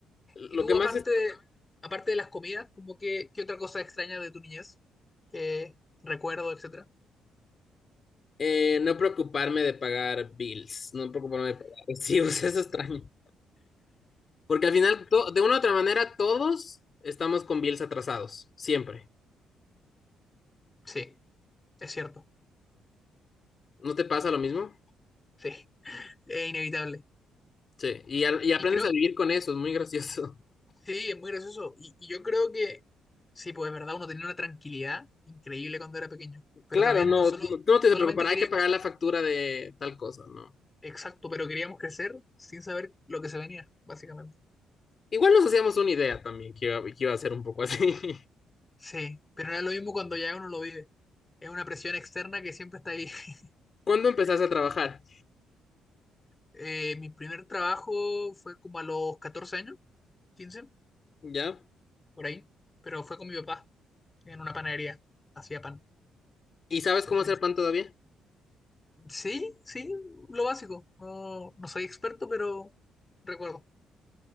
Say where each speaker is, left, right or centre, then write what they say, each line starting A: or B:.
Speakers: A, on the left; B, on the left.
A: Lo
B: y tú,
A: que más
B: aparte
A: es
B: de, aparte de las comidas, como que, ¿qué otra cosa extraña de tu niñez? Que recuerdo, etcétera.
A: eh, no preocuparme de pagar bills, no preocuparme de pagar recibos, <laughs> eso es extraño. Porque al final, to- de una u otra manera, todos estamos con bills atrasados, siempre.
B: Sí, es cierto,
A: ¿No te pasa lo mismo?
B: sí, es inevitable.
A: Sí, y, al- y aprendes
B: Y creo,
A: a vivir con eso, es muy gracioso. <laughs>
B: sí, es muy gracioso. Y, y yo creo que, sí, pues es verdad, uno tenía una tranquilidad increíble cuando era pequeño, pero
A: Claro,
B: también
A: no,
B: uno solo,
A: no- tú no te tienes
B: solamente
A: que preocupar,
B: quería
A: hay que pagar
B: crecer.
A: la factura de tal cosa, ¿no?
B: Exacto, pero queríamos crecer sin saber lo que se venía, básicamente.
A: Igual nos hacíamos una idea también que iba, que iba a ser un poco así. <laughs>
B: Sí, pero no es lo mismo cuando ya uno lo vive. Es una presión externa que siempre está ahí. <laughs>
A: ¿Cuándo empezaste a trabajar?
B: Eh, mi primer trabajo fue como a los 14 años, 15,
A: ¿Ya?
B: por ahí, pero fue con mi papá en una panadería. Hacía pan.
A: ¿Y sabes
B: Se
A: cómo
B: fue.
A: hacer pan todavía?
B: Sí, sí, lo básico. No, no soy experto, pero recuerdo.